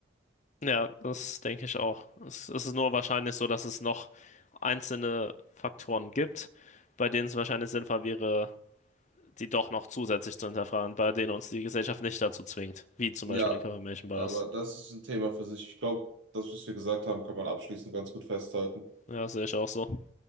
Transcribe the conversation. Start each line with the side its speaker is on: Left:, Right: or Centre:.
Left: Ja, das denke ich auch. Es, es ist nur wahrscheinlich so, dass es noch einzelne Faktoren gibt, bei denen es wahrscheinlich sinnvoll wäre, die doch noch zusätzlich zu hinterfragen, bei denen uns die Gesellschaft nicht dazu zwingt, wie zum
Right: Ja,
Left: Beispiel den Confirmation Bias.
Right: aber das ist ein Thema für sich. Ich glaube, das, was wir gesagt haben, kann man abschließend ganz gut festhalten.
Left: Ja, sehe ich auch so.